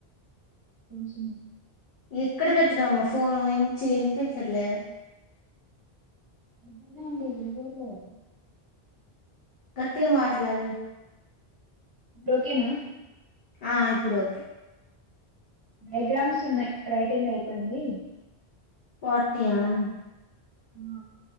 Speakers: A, on the right; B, on the left.
A: చి <inaudible>
B: ఎక్కడ పెట్టవమ్మా ఫోను ఎ వినిపించట్లే
A: అ ఉడి ఇలో <unintelligible>
B: గట్టిగా మాట్లాడు
A: ఇప్పుడు ఓకేనా.
B: ఆ ఇప్పుడు ఓకే
A: డయాగ్రామ్స్ ఉన్నాయి. రైటింగ్ అయిపోయింది.
B: పాఠ్యం
A: ఆ